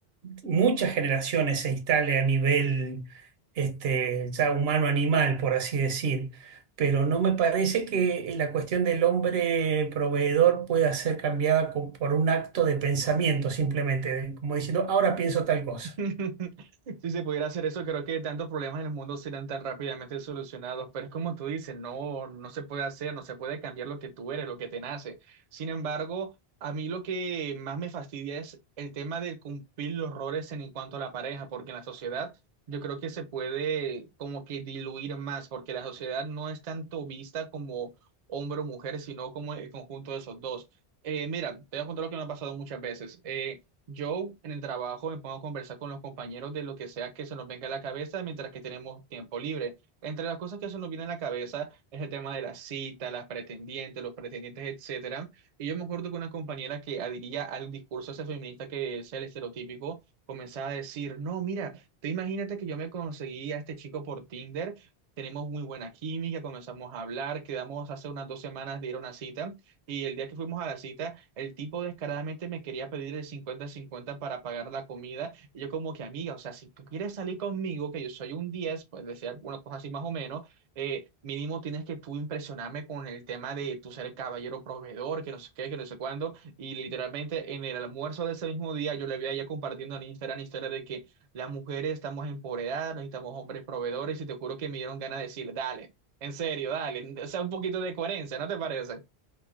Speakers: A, on the right; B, on the right.
A: muchas generaciones se instale a nivel este, ya humano-animal, por así decir pero no me parece que eh, la cuestión del hombre proveedor pueda ser cambiada co- por un acto de pensamiento, simplemente, como diciendo, ahora pienso tal cosa.
B: <laughs> Si se pudiera hacer eso, creo que tantos problemas en el mundo serían tan rápidamente solucionados, pero es como tú dices, no, no se puede hacer, no se puede cambiar lo que tú eres, lo que te nace. Sin embargo, a mí lo que más me fastidia es el tema de cumplir los roles en, en cuanto a la pareja, porque en la sociedad yo creo que se puede como que diluir más, porque la sociedad no es tanto vista como hombre o mujer, sino como el conjunto de esos dos. Eh, mira, te voy a contar lo que me ha pasado muchas veces. Eh, yo en el trabajo me pongo a conversar con los compañeros de lo que sea que se nos venga a la cabeza mientras que tenemos tiempo libre. Entre las cosas que se nos viene a la cabeza es el tema de las citas, las pretendientes, los pretendientes, etcétera. Y yo me acuerdo que una compañera que adhería al discurso ese feminista que es el estereotípico, comenzaba a decir, no, mira, tú imagínate que yo me conseguí a este chico por Tinder. Tenemos muy buena química, comenzamos a hablar, quedamos hace unas dos semanas de ir a una cita y el día que fuimos a la cita, el tipo descaradamente me quería pedir el 50 cincuenta para pagar la comida. Y yo como que, amiga, o sea, si tú quieres salir conmigo, que yo soy un 10 pues decía una cosa así más o menos, eh, mínimo tienes que tú impresionarme con el tema de tu ser el caballero proveedor, que no sé qué, que no sé cuándo. Y literalmente en el almuerzo de ese mismo día yo le había ya compartiendo en Instagram historia de que las mujeres estamos empoderadas, necesitamos hombres proveedores y te juro que me dieron ganas de decir, dale, en serio, dale, o sea, un poquito de coherencia, ¿no te parece?